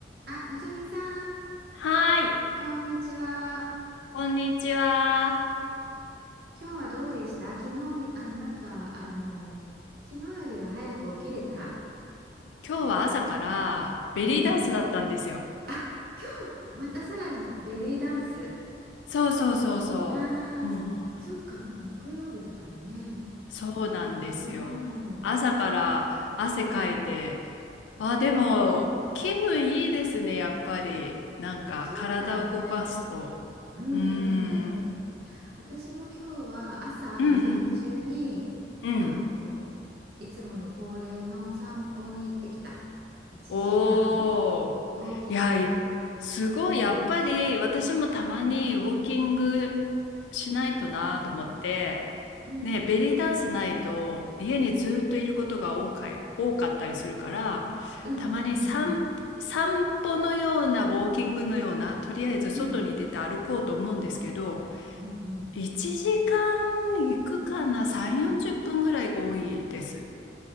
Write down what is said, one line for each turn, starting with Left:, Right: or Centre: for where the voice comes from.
Right: あ、のぞみさん、
Left: はーい、
Right: こんにちは。
Left: こんにちは。
Right: 今日はどうでした昨日み、あの、なんか、あの、昨日よりは早く起きれた
Left: 今日は朝からベリーダンスだったんですよ。
Right: うん。あ、今日、またさらにベリーダンス。
Left: そうそうそうそう。
Right: あ
Left: もう、
Right: ー、そっか、もう木曜日だからね。
Left: そうなんですよ。
Right: うん。
Left: 朝から汗かいて、あ、でも気分いいですね、やっぱり。なんか体を動かすと。
Right: そうだよね。うんうんうんうん。
Left: うーん。
Right: 私も今日は朝午前中に、
Left: うんうん。うん。
Right: あの、いつもの恒例の散歩に行ってきた。1時間
Left: おー。
Right: ウォーキングか。
Left: いや、いすごい、やっぱり私もたまにウォーキングしないとなと思って、
Right: うん。うん、
Left: ね、ベリーダンスないと家にずっといることが多かい、多かったりするから、
Right: うんうんうんうん
Left: たまに散、散歩のようなウォーキングのような、とりあえず外に出て歩こうと思うんですけど、
Right: うんうんうん
Left: 1時間行くかな、3、40分ぐらいが多いです。